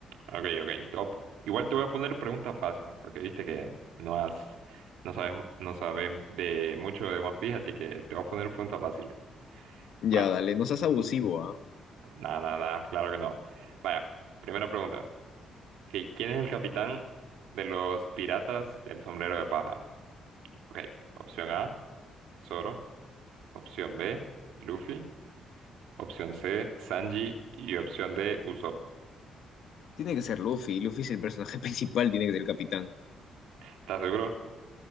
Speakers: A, on the right; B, on the left.
A: Ok, ok, top. Igual te voy a poner preguntas fáciles, porque viste que no has, no sabes, no sabes de mucho de One Piece, así que te voy a poner preguntas fáciles.
B: Ya,
A: Va.
B: dale, no seas abusivo, ¿ah?
A: Nada, nada, nada, claro que no. Vaya, primera pregunta. Ok, ¿quién es el capitán de los piratas del sombrero de paja? Ok, opción A, Zoro. Opción B, Luffy. Opción C, Sanji. Y opción D, Usopp.
B: Tiene que ser Luffy. Luffy es el personaje <laughs> principal, tiene que ser el capitán.
A: ¿Estás seguro?